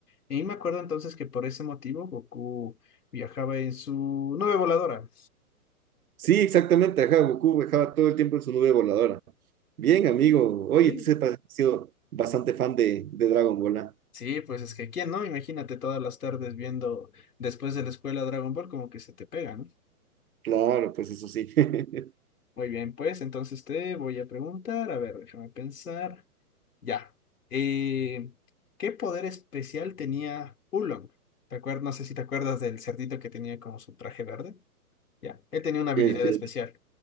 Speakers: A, on the left; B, on the right.
A: Y me acuerdo entonces que por ese motivo Goku viajaba en su nube voladora.
B: Sí, exactamente, ajá, Goku viajaba todo el tiempo en su nube voladora. Bien, amigo. Oye,
A: Sí,
B: tú sepas que has sido bastante fan de, de Dragon Ball. ¿ah?
A: sí, pues es que quién no, imagínate todas las tardes viendo después de la escuela Dragon Ball como que se te pega, ¿no?
B: Claro, pues eso sí. <laughs>
A: Muy bien, pues entonces te voy a preguntar, a ver, déjame pensar. Ya. Eh, ¿qué poder especial tenía Oolong? ¿Te acuerdas? No sé si te acuerdas del cerdito que tenía como su traje verde. Ya. Él tenía una habilidad
B: Este,
A: especial.